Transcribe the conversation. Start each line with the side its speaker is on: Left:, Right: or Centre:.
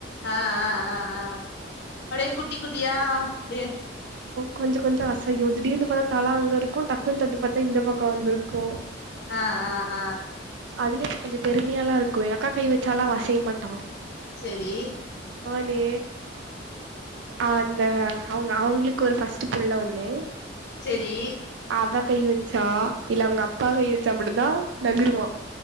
Left: ஹ ஹ ஹ ஹ அப்டே குட் குட்டி குட்டியா அப்டியே
Right: கொஞ்சம கொஞ்ச அசையு திடீர்னு பார்த்தா தலா அங்க இருக்கு டக்குன்னு தட்டு பாத்தா இந்த பக்க வந்திருக்கு
Left: ஹ ஹ ஹ
Right: அதுலய இப்ப கொஞ்ச பெருமையாலா இருக்கு எங்க அக்கா கை வச்சாலா அவ அசைய மாட்டா
Left: சேரி
Right: பேல் ஆ அந்த அவுங்க அவுங்களுக்கு ஒரு ஃபஸ்ட்டு புள்ள ஒண்ணு
Left: சேரி
Right: அதா கை வச்சா இல்ல அவுங்க அப்பா கை வச்சா மட்டு்தா நகுருவா